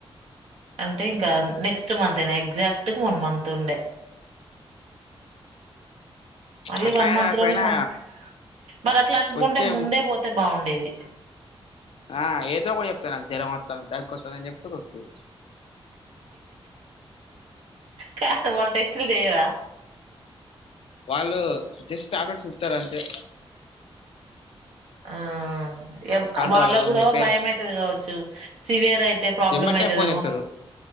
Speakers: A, on the right; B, on the left.
A: అంటే ఇంకా నెక్స్ట్ మంతేయినా ఎగ్జాక్ట్ వన్ మంత్ ఉండే <inaudible> మళ్ళీ
B: అట్లా
A: వన్ మంత్
B: కాకపోయినా
A: లోనే పం మరి అట్లన్కుంటే
B: వచ్చే
A: ముందే పో అంత బాగుండేది
B: ఆ ఏదోకోకటి చెప్త నాక్ జ్వరం వతాంది దగ్గొతాంది అని చెప్తే వత్తది
A: కాదు వాళ్ళు టెస్టులు చేయరా
B: వాళ్ళు జస్ట్ టాబ్లెట్స్ ఇస్తరు అంతే
A: ఆ ఏప్
B: కంట్రోల్
A: వాళ్ళ కుడా
B: మీ పేరు
A: భయం అయితది కావచ్చు సివియర్ అయి ప్రాబ్లం
B: ఎమ్మటే
A: అయితదేమో
B: ఫోన్ చేస్తారు